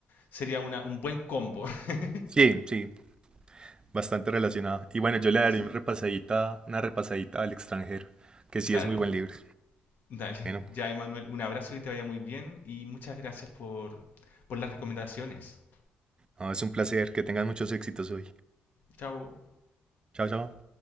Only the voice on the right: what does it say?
Sí, sí, bastante relacionado. Y bueno, yo le
daré una repasadita, una repasadita al extranjero, que
sí es muy buen libro.
Bueno,
no, es un placer, que tengas muchos éxitos hoy.
Chao, chao.